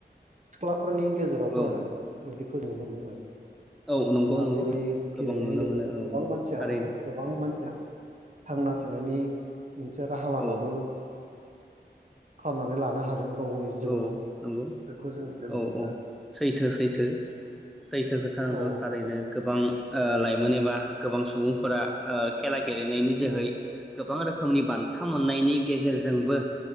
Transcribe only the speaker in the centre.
औ
औ नंगौ
नंगौ
गोबां
नुनो
मोनो औ
नंगौ
थारैनो
औ
औ नंगौ
औ औ
सैथो सैथो सैथो खोथा नोंथां
थारैनो गोबां
ओ लाइमोन एबा गोबां सुबुंफोरा ओ खेला गेलेनायनि जोहै
गोबां रोखोमनि बान्था मोननायनि गेजेरजोंबो